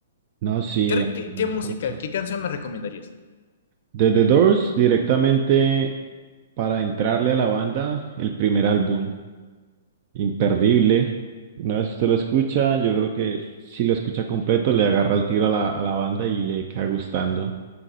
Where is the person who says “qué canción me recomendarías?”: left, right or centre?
Left